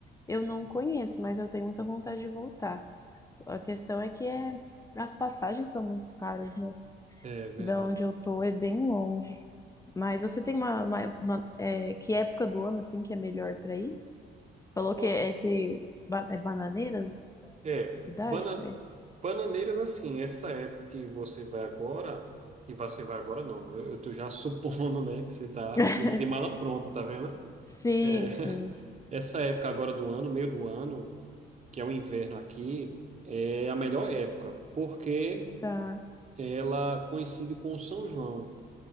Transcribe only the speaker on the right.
É verdade.
Ó,
é,
bana,
bananeiras assim, essa época que você vai agora, que você vai agora não, eu, eu tô já <laughs> supondo, né, que você tá
de, de mala pronta, tá vendo?
É,
<laughs> essa época agora do ano, meio do ano, que é o inverno aqui, é a melhor época, porque
ela coincide com o São João.